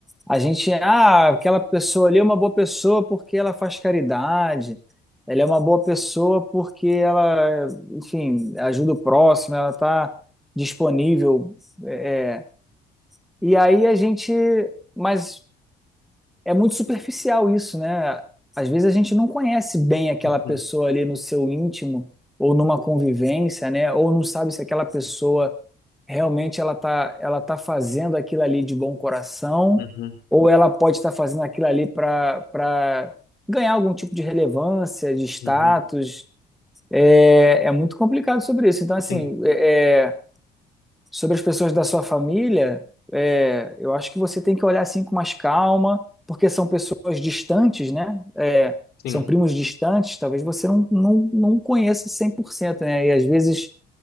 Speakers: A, in the centre; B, on the left.
A: A gente, ah, aquela pessoa ali é uma boa pessoa porque ela faz caridade, ela é uma boa pessoa porque ela, enfim, ajuda o próximo, ela tá disponível, é, é. e aí a gente mas é muito superficial isso, né? Às vezes a gente não conhece bem aquela
B: uhum,
A: pessoa ali no seu íntimo ou numa convivência, né? Ou não sabe se aquela pessoa realmente ela tá, ela tá fazendo aquilo ali de bom coração
B: uhum,
A: ou ela pode estar fazendo aquilo ali para para ganhar algum tipo de relevância, de status.
B: uhum,
A: É, é muito complicado sobre isso. Então, assim,
B: sim,
A: é. é sobre as pessoas da sua família, é, eu acho que você tem que olhar assim com mais calma, porque são pessoas distantes, né? É,
B: sim,
A: são primos distantes, talvez você não, não, não conheça 100%, né? E às vezes